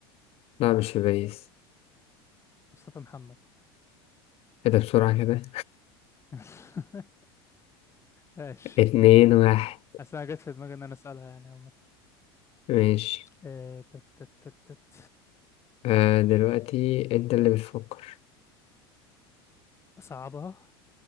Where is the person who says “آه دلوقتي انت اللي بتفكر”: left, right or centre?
Left